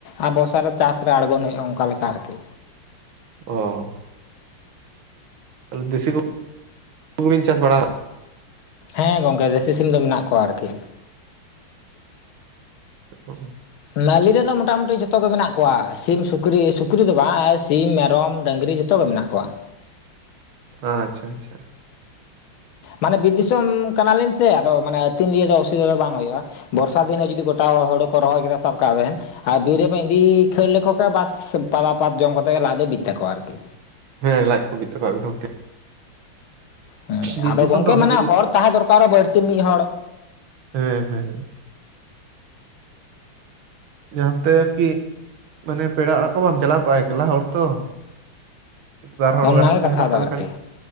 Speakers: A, on the left; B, on the right.
A: ᱟᱨ ᱵᱚᱨᱥᱟ ᱨᱮ ᱪᱟᱥ ᱨᱮ ᱟᱬᱜᱚᱱ ᱦᱩᱭᱩᱜᱼᱟ ᱚᱱᱠᱟ ᱞᱮᱠᱟ ᱟᱨᱠᱤ
B: ᱚ ᱛᱟᱦᱮ ᱫᱮᱥᱤ <unintelligible> ᱪᱟᱥ ᱵᱟᱲᱟ ᱠᱟᱜ
A: ᱦᱮᱸ ᱜᱚᱝᱠᱮ ᱫᱮᱥᱤ ᱥᱤᱢ ᱫᱚ ᱢᱮᱱᱟᱜ ᱠᱚᱣᱟ ᱟᱨᱠᱤ
B: ᱚ
A: ᱢᱟ. ᱞᱤ ᱨᱮᱱ ᱫᱚ ᱢᱚᱴᱟᱢᱩᱴᱤ ᱡᱚᱛᱚ ᱜᱮ ᱢᱮᱱᱟᱜ ᱠᱚᱣᱟ ᱥᱤᱢ ᱥᱩᱠ ᱥᱩᱠᱨᱤ ᱥᱩᱠᱨᱤ ᱫᱚ ᱵᱟᱝ ᱥᱤᱢ ᱢᱮᱨᱚᱢ ᱰᱟᱹᱝᱨᱤ ᱡᱚᱛᱚᱜᱮ ᱢᱮᱱᱟᱜ ᱠᱚᱣᱟ
B: ᱟᱪᱪᱷᱟ ᱟᱪᱪᱷᱟ
A: ᱢᱟᱱᱮ ᱵᱮᱨ ᱫᱤᱥᱚᱢ ᱠᱟᱱᱟᱞᱤᱧ ᱥᱮ ᱟᱫᱚ ᱢᱟᱱᱮ ᱟᱹᱛᱤᱧ ᱫᱤᱭᱟ. ᱫᱚ ᱚᱥᱩᱵᱤᱫᱟ ᱫᱚ ᱵᱟᱝ ᱦᱩᱭᱩᱜᱼᱟ᱾ ᱵᱚᱨᱥᱟ ᱫᱤᱱ ᱦᱚᱸ ᱡᱩᱫᱤ ᱜᱚᱴᱟ ᱦᱳᱲᱩ ᱠᱚ ᱨᱚᱦᱚᱭ ᱠᱮᱫᱟ ᱥᱟᱵ ᱠᱟᱜ ᱵᱮᱱ ᱟᱨ ᱵᱤᱨ ᱨᱮᱵᱮᱱ ᱤᱫᱤ ᱠᱷᱟᱹᱲ ᱞᱮᱠᱚ ᱠᱷᱟᱱ ᱵᱟᱥ ᱯᱟᱫᱟ ᱯᱟᱛ ᱡᱚᱢ ᱠᱟᱛᱮᱫ ᱜᱮ ᱞᱟᱡᱽ ᱫᱚ ᱵᱤᱜ ᱛᱟᱠᱚᱣᱟ ᱟᱨ ᱠᱤ
B: ᱦᱮᱸ ᱞᱟᱡᱽ ᱠᱚ ᱵᱤᱜᱛᱟᱠᱚᱣᱟ ᱮᱠᱫᱚᱢ ᱴᱷ
A: ᱦᱮᱸ
B: ᱵᱤᱨ
A: ᱟᱫᱚ
B: ᱫᱤᱥᱚᱢ
A: ᱜᱚᱝᱠᱮ
B: ᱫᱚ ᱚᱱᱟᱜᱮ
A: ᱢᱟᱱᱮ ᱦᱚᱲ ᱛᱟᱦᱮᱸ ᱫᱚᱨᱠᱟᱨᱚᱜᱼᱟ ᱵᱟᱹᱲᱛᱤ ᱢᱤᱫ ᱦᱚᱲ
B: ᱦᱮᱸ ᱦᱮᱸ ᱡᱟᱦᱟᱸ ᱛᱮ ᱠᱤ ᱢᱟᱱᱮ ᱯᱮᱲᱟ ᱚᱲᱟᱜ ᱠᱚ ᱵᱟᱢ ᱪᱟᱞᱟᱣ ᱠᱚᱜᱼᱟ ᱮᱠᱮᱞᱟ ᱦᱚᱲ ᱛᱚ ᱵᱟᱨ ᱦᱚᱲ
A: ᱚᱱᱟᱜᱮ
B: ᱜᱟᱱᱮᱢ
A: ᱠᱟᱛᱷᱟ
B: ᱛᱟᱦᱮᱱᱟ
A: ᱫᱚ
B: ᱛᱟᱦᱚᱞᱮ
A: ᱟᱨᱠᱤ
B: ᱠᱷᱟᱱ